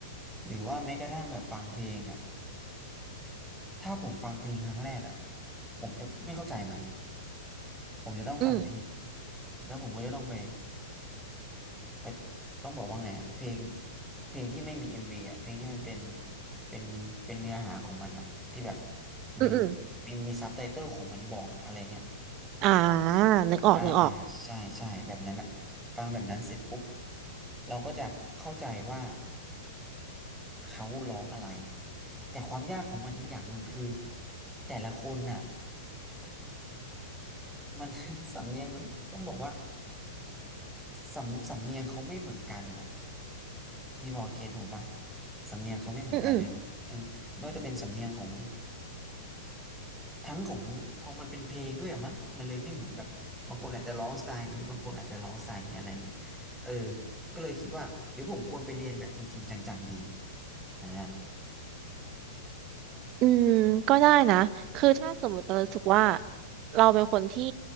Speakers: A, in the centre; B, on the right (about 40°).
A: หรือว่าแม้กระทั่งแบบฟังเพลงอ่ะ ถ้าผมฟังเพลงครั้งแรกอ่ะผมจะไม่เข้าใจมันผมจะต้องฟังเพลง
B: อืม
A: แล้วผมก็จะต้องไปไปต้องบอกว่าไงอ่ะเพลงเพลงที่ไม่มีเอ็มวีอ่ะเพลงที่มันเป็นเป็นเป็นเนื้อหาของมันอ่ะที่แบบ
B: อืมอืม
A: มีมีมีซับไตเติลของมันบอกอะอะไรเงี้ย
B: อ่านึกออก
A: อ่าอ่าใช่ใช่แบบนั้นอ่ะ
B: นึกออก
A: ฟังแบบนั้นเสร็จปุ๊บเราก็จะเข้าใจว่าเขาร้องอะไรแต่ความยากของมันอีกอย่างหนึ่งคือแต่ละคนน่ะ มัน <laughs> สำเนียงมันต้องบอกว่าสำสำเนียงเขาไม่เหมือนกันอ่ะพี่พอเก็ตผมปะสำเนียงเขาไม่เหมือนกันเลยมันเออไม่ว่าจะเป็นสำเนียงของ
B: อืมอืม
A: ทั้งของพอมันเป็นเพลงด้วยอะมั้งมันเลยไม่เหมือนแบบบางคนอาจจะร้องสไตล์นี้บางคนอาจจะร้องสไตล์นี้อะไรเงี้ยเออก็เลยคิดว่าหรือผมควรไปเรียนแบบจริงๆจังๆดีอ่า
B: อืมก็ได้นะคือถ้าสมมติเรารู้สึกว่าเราเป็นคนที่